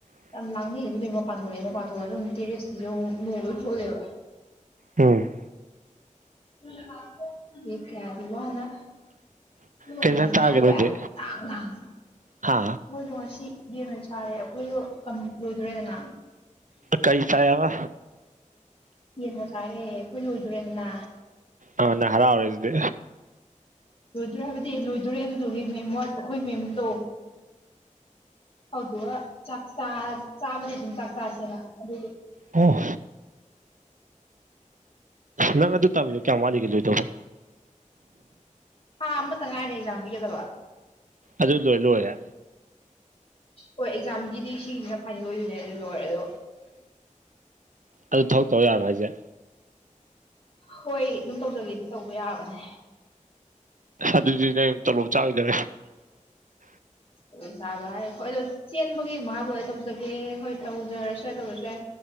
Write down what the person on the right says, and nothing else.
ꯎꯝ
ꯀꯩ ꯏꯟꯖꯥꯡ ꯆꯥꯔꯒꯦ
ꯅꯣꯏꯗꯤ
ꯍꯥ
ꯀꯩ ꯆꯥꯑꯦꯕ
ꯑ ꯅꯪ ꯍꯔꯥꯎꯔꯦ ꯑꯗꯨꯗꯤ
ꯑꯣ ꯅꯪ ꯑꯗꯨ ꯇꯝꯃꯤꯗꯣ ꯀꯌꯥꯝ ꯋꯥꯠꯂꯤꯒꯦ ꯂꯣꯏꯗꯣꯕ
ꯑꯗꯨ ꯂꯣꯏ ꯂꯣꯏꯔꯦ
ꯑꯗꯨ ꯊꯕꯛ ꯇꯧ ꯌꯥꯕ꯭ꯔꯥ ꯍꯥꯏꯁꯦ
ꯑꯗꯨꯖꯨꯅꯦ ꯇꯣꯂꯣꯞ ꯆꯥꯒꯤꯗꯧꯔꯦ